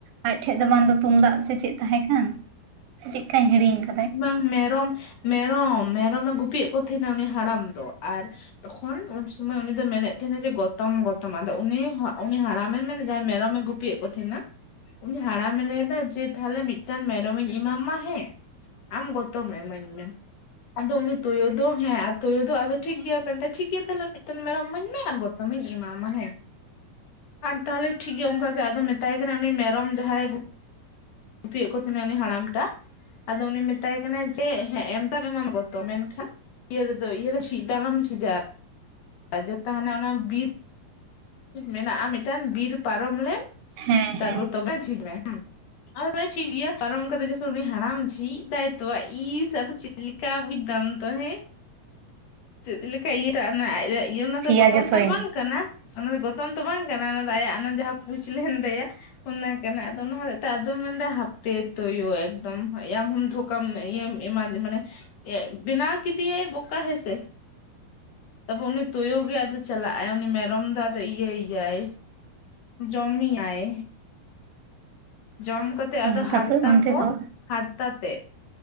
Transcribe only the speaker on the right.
ᱟᱡ ᱴᱷᱮᱡ ᱫᱚ ᱵᱟᱝᱫᱚ ᱛᱩᱢᱫᱟᱜ ᱥᱮ ᱪᱮᱫ ᱛᱟᱦᱮᱸ ᱠᱟᱱ ᱥᱮ ᱪᱮᱫ ᱠᱟᱹᱧ ᱦᱤᱲᱤᱧ ᱟᱠᱟᱜ
<inaudible>
ᱦᱮᱸ
ᱦᱮᱸ
<inaudible>
ᱥᱮᱭᱟ
ᱜᱮ ᱥᱚᱭᱮᱱᱟ
ᱦᱮᱸ
ᱛᱟᱯᱚᱨᱮ
ᱚᱱᱛᱮ
ᱫᱚ